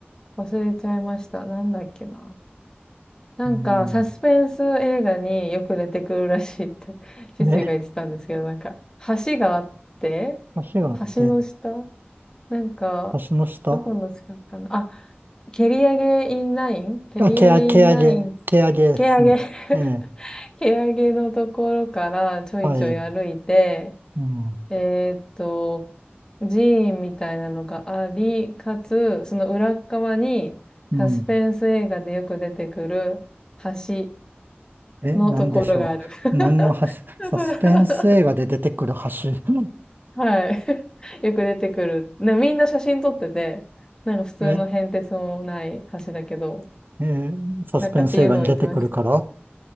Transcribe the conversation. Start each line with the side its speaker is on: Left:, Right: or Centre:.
Left: 忘れちゃいました。なんだっけな。なんか、
Right: うん。
Left: サスペンス映画によく出てくるらしいって <laughs> 父が言ってたんですけど、
Right: ね、
Left: なんか、橋があって、
Right: 橋があって、
Left: 橋の下なんか、
Right: 足の下。
Left: どこの近くかな。あ、蹴り上げインライン蹴り上げインライン、
Right: あ、毛あ、毛上げ、毛上げですね。
Left: 蹴上げ
Right: ええ、
Left: <laughs> 蹴上げのところからちょいちょい歩いて、
Right: はい。うん、
Left: えーっと、寺院みたいなのがあり、かつ、その裏側にサスペンス映画でよく出てくる橋
Right: うん。え、
Left: のところがある。
Right: なんでしょう。
Left: <laughs>
Right: 何の橋、
Left: だから
Right: サスペンス映画で出てくる橋。
Left: <laughs> はい。<laughs> よく出てくる。ね、みんな写真撮ってて、なんか普通の変哲もない橋だけど、
Right: <laughs> え、ええサスペンス映画に出てくるから。
Left: なんかっていうのを言ってました。
Right: あ